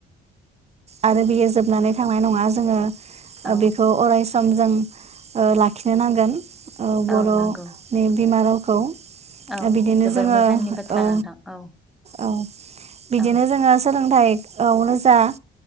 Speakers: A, on the right (about 35°); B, in the centre.
A: आरो बियो जोबनानै थांनाय नङा जोङो ओ
B: औ
A: बेखौ अराय सम जों ओ लाखिनो नांगोन। ओ बर'नि
B: औ नंगौ
A: बिमा राव खौ।
B: औ
A: बिदिनो
B: जोबोर
A: जोङो
B: मोजांनि बाथ्रा
A: ओ
B: नोंथां औ
A: औ बिदिनो
B: औ
A: जोङो सोलोंथाइआवनो जा